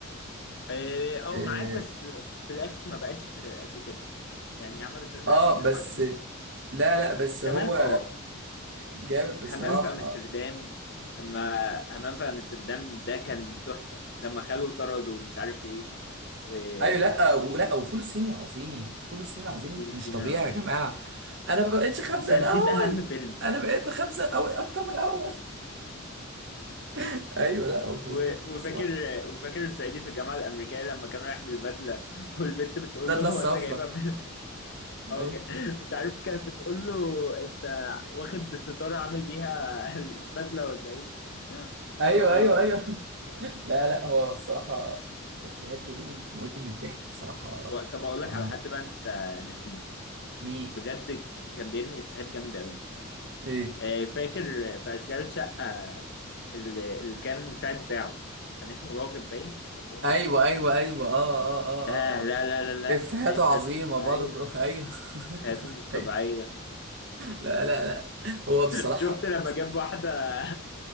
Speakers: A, on the left (about 55°); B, on the right (about 60°).
A: اه آه،
B: آه,
A: معاك بس في الاخر ما بقاش قد كده يعني عمل الفيلم
B: اه
A: الاخير ده
B: بس
A: ما عجبنيش قوي
B: لا لا بس
A: زمان
B: هو
A: اه
B: جامد بصراحة
A: همام في امستردام اما همام في امستردام ده كان تحفة لما خلوه طرد ومش عارف ايه و-
B: ايوه لا ولا وفول الصين العظيم فول الصين العظيم
A: وفول الصين
B: مش طبيعي
A: العظيم
B: يا جماعة انا ما بقتش خبزة
A: انت
B: زي
A: نسيت
B: الاول
A: اهم فيلم
B: انا بقيت بخبزة أوي اكتر من الاول <laughs> ايوه لا هو فظيع
A: و-
B: بصراحة
A: وفاكر وفاكر صعيدي في الجامعه الامريكيه لما كان رايح بالبدله <laughs> والبت بتقول
B: بدلة
A: له هو
B: الصفرا
A: انت جايبها من او
B: ايوه
A: <laughs> جا... مش عارف كانت بتقول له انت واخد الستاره عامل بيها البدله ولا ايه
B: ايوه
A: آه...
B: ايوه ايوه <laughs> لا لا هو الصراحه افيهات هنيدي موت من الضحك بصراحه
A: و- طب اقول
B: يعني
A: لك على حد بقى انت ناسيه
B: مي
A: بجد كان بيرمي افيهات جامده قوي
B: ايه
A: آه فاكر في اشغال شقه اللي اللي كان مساعد بتاعه كان اسمه راغب باين احمد راغب
B: ايوه
A: حاجه
B: ايوه
A: كده
B: ايوه اه اه اه
A: ده
B: اه
A: لا لا لا لا
B: اه افيهاته
A: ده افيهاته
B: عظيمه
A: مش طبيعيه
B: برضه <laughs> ايوه
A: افيهاته
B: <laughs>
A: مش طبيعيه
B: ايوه لا لا لا هو بصراحه
A: شفت لما جاب واحدة